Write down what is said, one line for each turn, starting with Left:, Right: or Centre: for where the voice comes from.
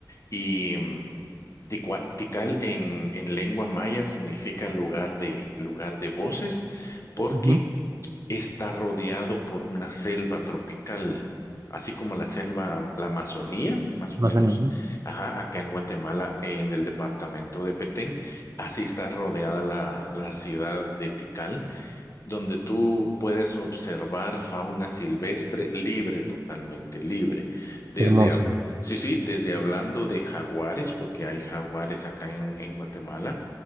Left: y em, Ticua- Tikal en, en lengua maya significa lugar de, lugar de voces, porque
Right: Ujú,
Left: está rodeado por una selva tropical, así como la selva, mm, la Amazonía, más o
Right: Más
Left: menos.
Right: o menos, ujú.
Left: Ajá, acá en Guatemala, en el departamento de Petén, así está rodeada la, la ciudad de Tikal, donde tú puedes observar fauna silvestre libre, totalmente libre. Desde,
Right: Qué hermoso.
Left: hab- sí, sí, desde hablando de jaguares, porque hay jaguares acá en, en Guatemala,